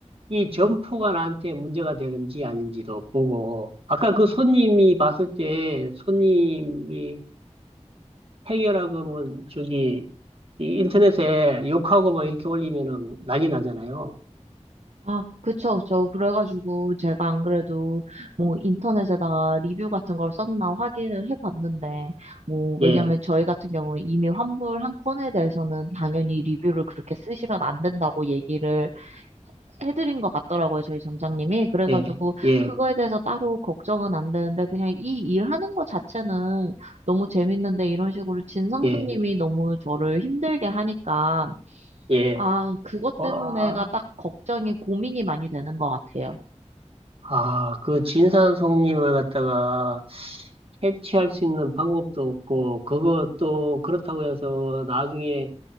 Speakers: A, on the right; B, on the right.
A: 이 점포가 나한테 문제가 되는지 아닌지도 보고, 아까 그 손님이 봤을 때 손님이 해결하고 뭐 저기, 이 인터넷에 욕하고 뭐 이렇게 올리면은 난리 나잖아요.
B: 아, 그쵸, 그쵸. 그래가지고 제가 안 그래도 뭐 인터넷에다가 리뷰 같은 걸 썼나 확인을 해봤는데, 뭐, 왜냐면
A: 예,
B: 저희 같은 경우에 이미 환불 한 건에 대해서는 당연히 리뷰를 그렇게 쓰시면 안 된다고 얘기를 해드린 것 같더라고요, 저희 점장님이. 그래가지고
A: 예, 예,
B: 그거에 대해서 따로 걱정은 안 되는데, 그냥 이 일하는 것 자체는 너무 재밌는데, 이런 식으로 진상
A: 예,
B: 손님이 너무 저를 힘들게 하니까,
A: 예.
B: 아, 그것
A: 와,
B: 때문에가 딱 걱정이, 고민이 많이 되는 것 같아요.
A: 아, 그 진산송님을 갖다가 캐치할 수 있는 방법도 없고, 그것도 그렇다고 해서 나중에